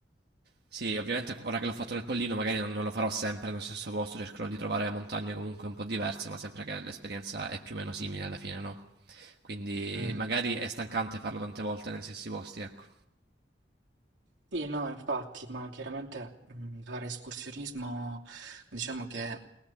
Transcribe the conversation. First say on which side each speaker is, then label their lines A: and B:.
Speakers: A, on the right (about 60°); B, on the right (about 80°).
A: sì, ovviamente ora che l'ho fatto nel Pollino magari non, non lo farò sempre nello stesso posto, cercherò di trovare montagne comunque un po' diverse, ma sempre che l'esperienza è più o meno simile alla fine, no? Quindi
B: Mm.
A: magari è stancante farlo tante volte negli stessi posti, ecco.
B: Sì, no, infatti, ma chiaramente mm, fare escursionismo, diciamo che